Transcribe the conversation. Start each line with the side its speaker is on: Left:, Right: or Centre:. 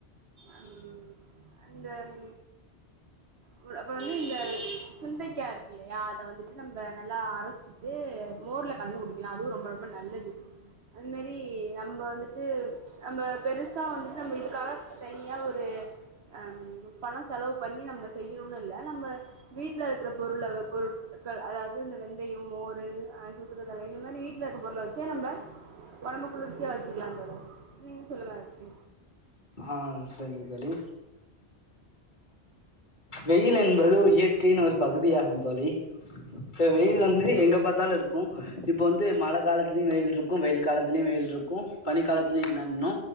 Right: அம் அந்தம் அப் அப்போ வந்து இந்த சுண்டைக்கார்க் கில்லயா அத வந்துட்டு நம்ப நல்லா அரச்சிட்டு மோர்ல கலந்து குடிக்கலா அதுவு ரொம்ப ரொம்ப நல்லது அதுமாரி நம்ப வந்துட்டு நம்ம பெருசா வந்துட்டு நம்ம இதுக்காக தனியா ஒரு அம் பணோ செலவு பண்ணி நம்ம செய்யணுனு இல்ல நம்ம வீட்ல இருக்கிற பொருள வ பொருட்கள் அதாது இந்த வெந்தயோ மோரு சுத்கடல இந்த மாரி வீட்ல இருக்க பொருள வச்சே நம்ம ஒடம்ப குளிர்ச்சியா வச்சிக்கலா அந்தளோ நீங்க சொல்லுங்க அட்டி
Left: ஆ செரிங் தோழி வெயில் என்பது ஒரு இயற்கையின் ஒரு பகுதியாகும் தோழி இப்ப வெயில் வந்து எங்க பாத் இர்ந்தாலு இருக்கு இப்ப வந்து மழ காலத்துலயு வெயில் இருக்கு வெயில் காலத்துலயு வெயில் இருக்கு பனி காலத்துலயு என்ன இன்னு